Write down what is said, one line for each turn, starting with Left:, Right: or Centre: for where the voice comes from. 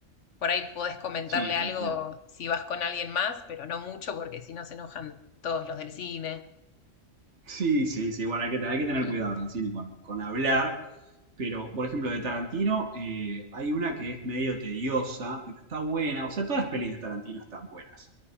Left: por ahí podés comentarle
Right: Sí, te
Left: algo
Right: entiendo.
Left: si vas con alguien más, pero no mucho porque si no se enojan todos los del cine.
Right: Sí, sí, sí, bueno, hay que, hay que tener
Left: <laughs>
Right: cuidado en el cine con, con hablar, pero por ejemplo de Tarantino eh, hay una que es medio tediosa, pero está buena, o sea, todas las pelis de Tarantino están buenas.